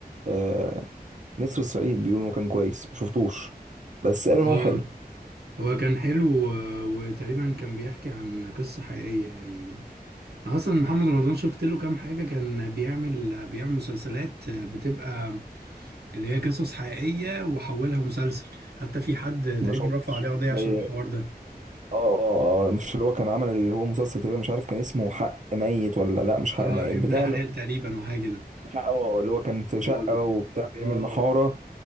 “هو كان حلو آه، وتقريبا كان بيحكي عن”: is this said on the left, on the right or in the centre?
Right